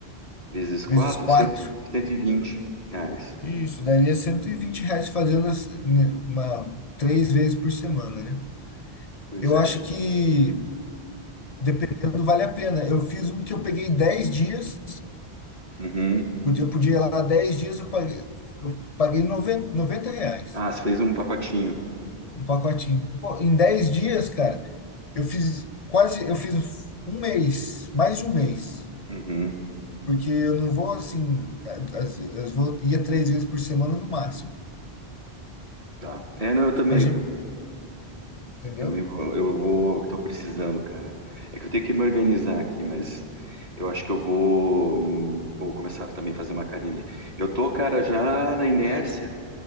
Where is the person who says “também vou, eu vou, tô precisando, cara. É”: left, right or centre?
Right